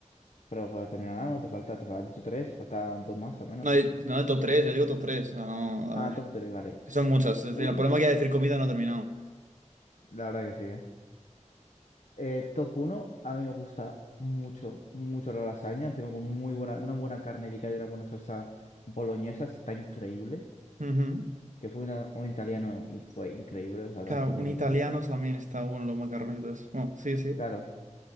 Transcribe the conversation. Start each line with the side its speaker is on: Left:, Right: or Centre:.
Left: Pero pues, terminará, ¿no? Te falta, te falta, has dicho tres, faltan dos más al menos.
Right: No, eh, no de top 3, yo digo top tres O sea, no, a
Left: Ah,
Right: ver,
Left: top tres, vale.
Right: que son muchas. Es
Left: Puro.
Right: decir, el problema es que decir comida no he terminado.
Left: La verdad que sí, ¿eh? Eh, top uno a mí me gusta mucho, mucho la lasaña, encima con muy buena, una buena carne picada y una buena salsa boloñesa, está increíble.
Right: Ujú.
Left: Que fue una- un italiano y fue increíble, o sea, la
Right: Claro,
Left: lasaña
Right: un
Left: que me
Right: italiano
Left: pusieron.
Right: también está bueno, los macarrones y todo eso. Bueno, sí, sí.
Left: Claro.